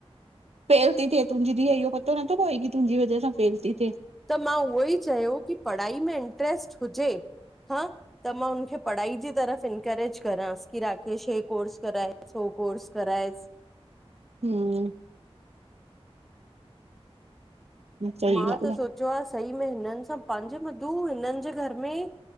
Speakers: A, on the right; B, in the centre.
A: फेल ती थिए तुंहिंजी धीउ इहो पतो नथो पवई, की तुंहिंॼी वजह सां फेल ती थे।
B: त मां उहो ई चयो कि पढ़ाई में इंट्रेस्ट हुजे। हा, त मां हुनखे पढ़ाई जी तरफ़ इनकरेज़ करासि। कि राकेश हे कोर्स कराएसि, हो कोर्स कराएसि।
A: हम्म! सही
B: मां
A: ॻाल्हि
B: त सोचियो आ, सही में हिननि सां पां जे मधूं, हिननि जे घर में ही